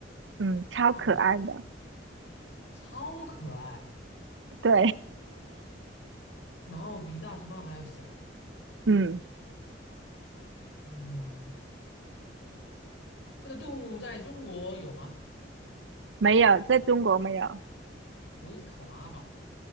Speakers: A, on the right; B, on the left.
A: 嗯，超可爱的。
B: 大，超可爱，
A: 对，
B: 然后比大熊猫还要小。
A: <laughs> 嗯，
B: 嗯，这个动物在中国有吗？
A: 没有，在中国没有。
B: 不会是考拉吧？